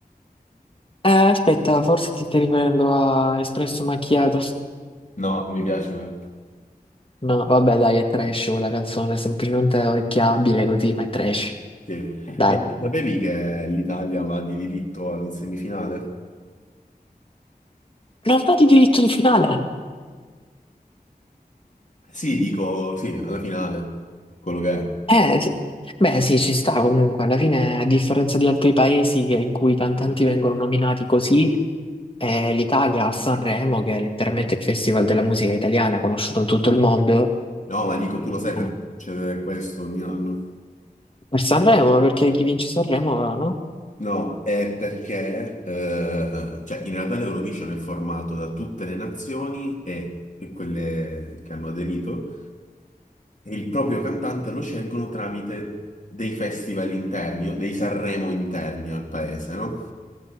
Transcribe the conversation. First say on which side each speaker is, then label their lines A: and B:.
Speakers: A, on the left; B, on the left.
A: Eh, aspetta, forse ti stai riferendo a Espresso Macchiato.
B: No, non mi piace. ma-
A: No, vabbè, dai, è trash quella canzone, è semplicemente orecchiabile così, ma è trash.
B: Sì.
A: Dai.
B: Ma tu sapevi che l'Italia va di diritto in semifinale?
A: Non va di diritto di finale.
B: Sì, dico, sì, alla finale, quello che è.
A: Eh, sì. Beh, sì, ci sta comunque. Alla fine, a differenza di altri paesi che- in cui i cantanti vengono nominati così, eh, l'Italia a Sanremo, che è letteralmente il festival della musica italiana conosciuto in tutto il mondo,
B: No, ma dico, tu lo sai perché
A: eh,
B: succede questo ogni anno?
A: per Sanremo, perché chi vince Sanremo, no?
B: No, è perché eh, cioè, in realtà l'Eurovision è formato da tutte le nazioni e, e quelle che hanno aderito e il proprio cantante lo scelgono tramite dei festival interni o dei Sanremo interni al paese, no?